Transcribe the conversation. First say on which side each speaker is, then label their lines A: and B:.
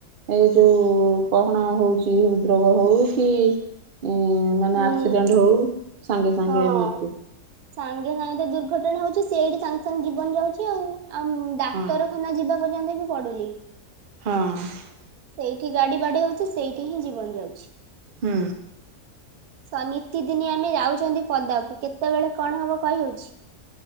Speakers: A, on the right; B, on the right.
A: ଏଇ ଯୋଉ କହଣ ହୋଉଚି ହୃଦ୍ ରୋଗ କି ହିଁ
B: ହୁଁ
A: ନା ଆକ୍ସିଡେଣ୍ଟ ହୋଇ ସାଙ୍ଗେ ସାଙ୍ଗେ
B: ହଁ।
A: ମୃତ୍ୟୁ।
B: ସାଙ୍ଗେ ସାଙ୍ଗେ ଦୁର୍ଘଟଣା ହୋଉଚି ସେଇଠି ସାଙ୍ଗେ ସାଙ୍ଗେ ଜୀବନ ଯାଉଚି ଆଉ। ଆଉ ଡାକ୍ତରଖାନା
A: ହଁ
B: ଯିବା ପର୍ଯ୍ୟନ୍ତ ବି ପଡୁନି।
A: ହଁ।
B: ସେଇଠି ଗାଡି ବାଡେଇ ହୋଉଚି ସେଇଠି ହିଁ ଜୀବନ ଯାଉଚି।
A: ହୁଁ।
B: ସ ନିତିଦିନି ଆମେ ଯାଉଚନ୍ତି ପଦାକୁ କେତେବେଳେ କଣ ହବ କହିହୋଉଚି।